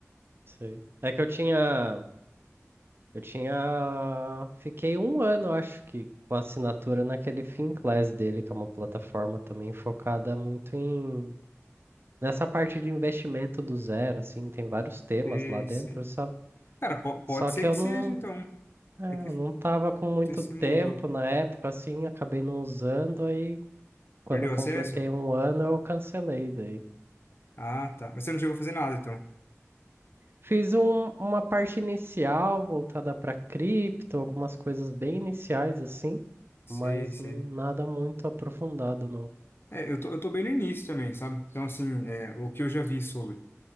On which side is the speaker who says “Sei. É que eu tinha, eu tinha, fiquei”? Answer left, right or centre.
Right